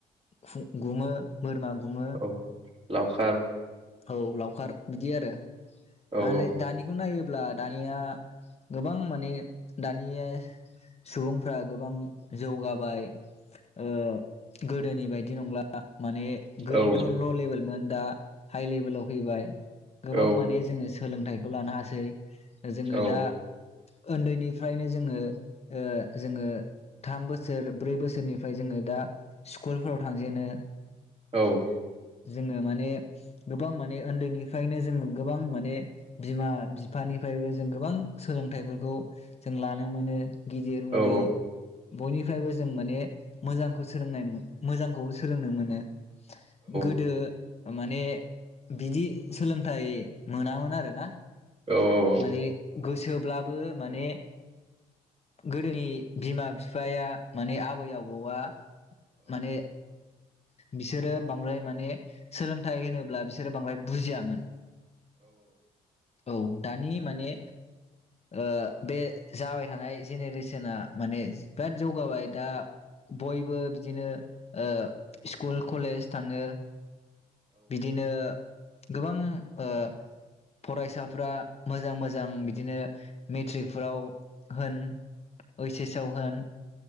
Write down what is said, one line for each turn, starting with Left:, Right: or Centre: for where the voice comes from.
Left: खु गुमो। बोरमा गुमो
Right: औ लावखार।
Left: औ लावखार बिदि आरो
Right: औ
Left: मा होनो दानिखौ नायोब्ला दानिया गोबां माने दानिया सुबुंफ्रा गोबां जौगाबाय ओ गोदोनि बायदि नंला। माने गोदोथ'
Right: औ
Left: ल' लेबेलमोन दा। हाइ लेभेलाव फैबाय। गोबां
Right: औ
Left: माने जोङो सोलोंथाइखौ लानो हासै। जोङो
Right: औ
Left: दा ओन्दैनिफ्रा फ्रायनो जोङो ओ जोङो थाम बोसोर ब्रै बोसोरनिफ्राय जोङो दा स्कुलफोराव थांजेनो।
Right: औ।
Left: जोङो माने गोबां माने ओन्दैनिफ्रायनो जोंङो गोबां माने बिमा बिफानिफ्रायबो जों गोबां सोलोंथाइफोरखौ जों लानो मोनो। गिदिर उन्दै
Right: औ
Left: बयनिफ्रायबो जों माने मोजांखौ सोलोंनाय मोजांखौ सोलोंनो मोनो। गोदो।
Right: औ
Left: माने बिदि सोलोंथाइ मोनामोन आरोना।
Right: औ
Left: माने
Right: औ
Left: गोसो ब्लाबो माने गोदोनि बिमा बिफाया माने आबै आबौआ। माने बिसोरो बांद्राय माने सोलोंथाइ होनोब्ला बिसोरो बांद्राय बुजियामोन। औ दानि माने ओ बे जाबाय थानाय जेनेरेसना माने बिराद जौगाबाय दा बयबो बिदिनो ओ स्कुल कलेज थाङो। बिदिनो गोबां ओ फरायसाफोरा मोजां मोजां बिदिनो मेट्रिकफोराव होन ओइस एस आव होन